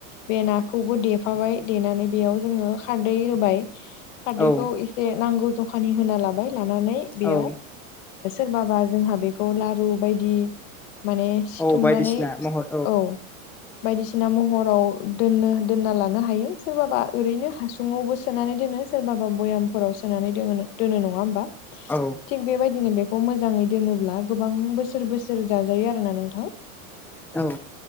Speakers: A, on the left; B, in the centre.
A: बे नाखौबो देफाबाय देनानै बेयाव जोङो खारदै होबाय
B: औ
A: खारदैखौ एसे नांगौ जखानि होना लाबाय लानानै बेयाव
B: औ
A: सोरबाबा जोंहा बेखौ लारु बायदि माने सिथुमनानै
B: औ बायदिसिना महर
A: औ बायदिसिना महराव दोननो दोनना लानो हायो सोरबाबा ओरैनो हासुावबो सोनानै दोनो सोरबाबा भयामफोराव सोनानै दोनो दोनो नङा होमबा
B: औ
A: थिग बेबायदिनो बेखौ मोजाङै दोनोब्ला गोबां बोसोर बोसोर जाजायो आरोना नोंथां
B: औ